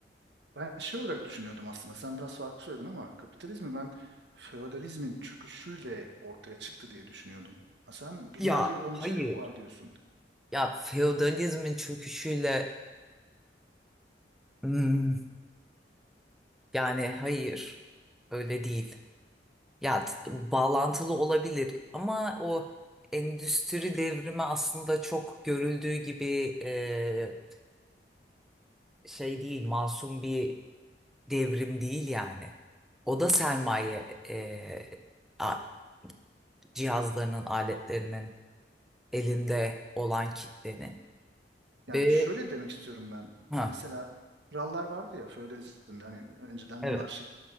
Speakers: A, on the right; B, in the centre.
A: ben şey olarak düşünüyordum aslında. Sen biraz farklı söyledin ama kapitalizmi ben feodalizmin çöküşüyle ortaya çıktı diye düşünüyordum. Ha, Sen binlerce
B: Ya
A: yıl önce
B: hayır.
A: var diyorsun.
B: Ya feodalizmin çöküşüyle hmm, yani hayır öyle değil. Ya t- bağlantılı olabilir ama o endüstri devrimi aslında çok görüldüğü gibi e, şey değil, masum bir devrim değil yani. O da sermaye e, a- cihazlarının, aletlerinin elinde olan kitlenin
A: Yani
B: ve
A: şöyle demek istiyorum ben.
B: ha
A: Mesela krallar vardı ya feodalizmde hani önceden
B: evet.
A: monarşi